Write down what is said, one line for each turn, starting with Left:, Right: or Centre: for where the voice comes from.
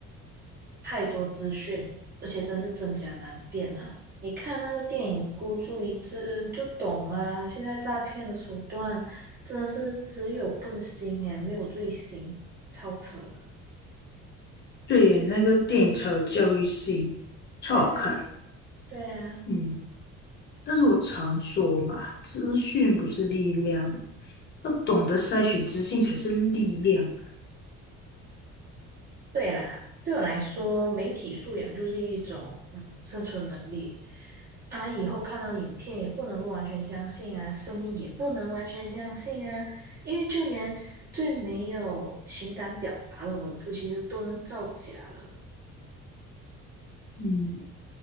Right: 太多资讯，而且真是真假难辨啊！你看那个电影《孤注一掷》就懂啦。现在诈骗的手段真的是只有更新诶，没有最新，超扯的啦
Left: 对耶那个电影超有教育性，超好看。
Right: 对啊，对啊。
Left: 嗯。但是我常说嘛，资讯不是力量，要懂得筛选资讯才是力量。
Right: 对啦，对我来说，媒体素养就是一种嗯生存能力啊。以后看到影片也不能够完全相信啊，声音也不能完全相信啊，因为就连最没有情感表达的文字，其实都能造假了。
Left: 嗯，